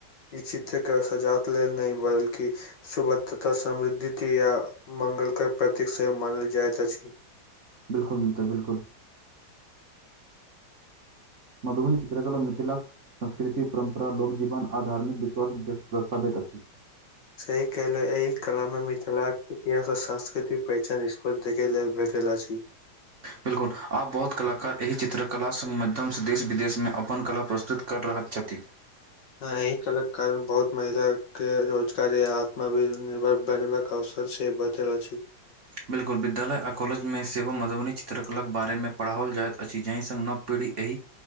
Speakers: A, on the left; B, on the right.
A: ई चित्रके सजात लेल नहि बलकि सुभध तथा समृद्धि या मंगलके प्रतीक सेहो मानल जाइत अछि।
B: बिल्कुल मित्र बिल्कुल मधुबनी चित्रकल मिथिला संस्कृति परम्परा लोकगजीवन आ धार्मिक विश्वास द दर्शाबैत अछि।
A: सही कला एहि कला मे मिथिलाक के इतिहास आ सांस्कृति पहिचान <unintelligible> देखे लेल भेटेल छी।
B: बिल्कुल आब बहुत कलाकार एहि चित्रकलास माध्यमसँ देश विदेशमे अपन कला प्रस्तुत कर रहल छथि।
A: एहि कल के कारण बहुत महिला के रोजगार या आत्म भनिर्भर बनेबाक आवश्यक से बचल अछि।
B: बिल्कुल विद्यालय आओ कॉलेजमे सेहो मधुबनी चित्रकलाके बारेमे पढ़ाओल जाइत अछि जाहि संग नव पीढ़ी एहि